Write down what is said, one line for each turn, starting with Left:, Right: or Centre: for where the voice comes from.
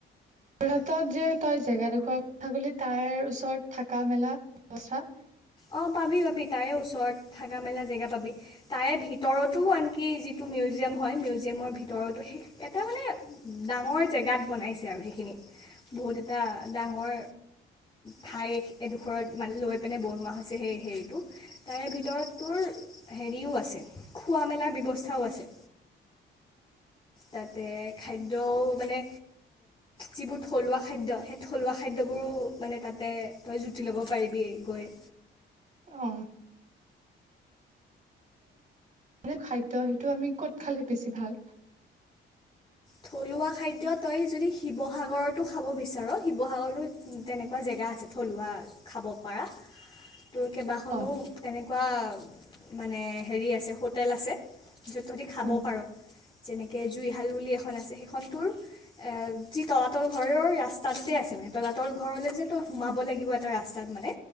Right: যোৰহাটত যে তই জেগা দেখুৱায় কথা ক'ল তাইৰ ওচৰত থকা মেলা ব্যৱস্থা <unintelligible>
Left: অঁ পাবি পাবি তাৰে ওচৰত থাকা মেলা জেগা পাবি। তাৰে ভিতৰতো আনকি যিটো মিউজিয়াম হয়, মিউজিয়ামৰ ভিতৰতো সেই এটা মানে ডাঙৰ জেগাত বনাইছে আৰু সেইখিনি, বহুত এটা ডাঙৰ ঠাই এডোখৰত মান লৈ পেলাই বনোৱা। হৈছে সেই হেৰিটো তাৰে ভিতৰত তোৰ হেৰিও আছে খোৱা মেলা বি অৱস্থাও আছে তাতে খাদ্যও মানে, যিবোৰ থলুৱা খাদ্য, সেই থলুৱা খাদ্যবোৰো মানে তাতে তই জুতি ল'ব পাৰিবি গৈ।
Right: অ। এনে খাদ্য সেইটো আমি কত খালে বেছি ভাল?
Left: থলুৱা খাদ্য তই যদি শিৱসাগৰতো খাব বিচাৰ, শিৱসাগৰতো তেনেকুৱা জেগা আছে থলুৱা খাব পাৰা। তোৰ কেইবাখনো
Right: অ
Left: তেনেকুৱা। মানে হেৰি আছে হোটেল আছে। সেইটোদি খাব
Right: উম
Left: পাৰ। যেনেকে জুইশাল বুলি এখ আছে সেইখন টোৰ এ যি তলাতল ঘৰৰ ৰাস্তাটোতে আছে মানে তলাতল তলাতল ঘৰলে যে তো সোমাব লাগিব এটা ৰাস্তাত মানে,